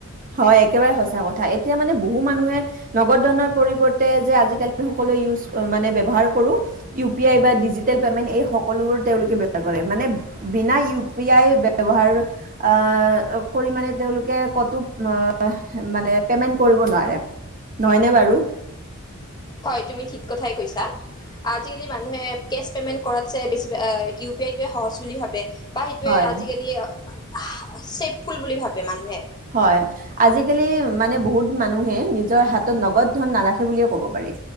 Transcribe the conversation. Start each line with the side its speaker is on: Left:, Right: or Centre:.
Right: হয় একেবাৰে সঁচা কথা এতিয়া মানে বহু মানুহে। নগদ ধনৰ পৰিৱৰ্তে যে। আজিকালিটো সকলো ইউজ, মানে ব্যৱহাৰ কৰো ইউ - পি -আই বা ডিজিটেল, এয়াৰটেল পেমেণ্ট এই সকলোবোৰ তেওঁলোকে ব্যবহাৰ কৰে মানে বিনা ইউ- পি- -আই বে, ব্যৱহাৰ আ কৰি মানে তেওঁলোকে কতু, নহ মানে পেমেণ্ট কৰিব নোৱাৰে, নহয়নে বাৰু?
Left: হয়, তুমি ঠিক কথাই কৈছা আজিকালি মানুহে কেছ- পেমেণ্ট কৰাত চাই বেছিভাগে ইউ- পি -আই টোৱে, সহজ বুলি ভাবে। পাই সেইটোৱে
Right: হয়।
Left: আজিকালি অক ছেফফুল বুলি ভাবে মানুহে।
Right: হয়, আজিকালি মানে বহুত মানুহে, নিজৰ হাতত নগদ ধন নাৰাখে বুলিয়ে, ক'ব পাৰি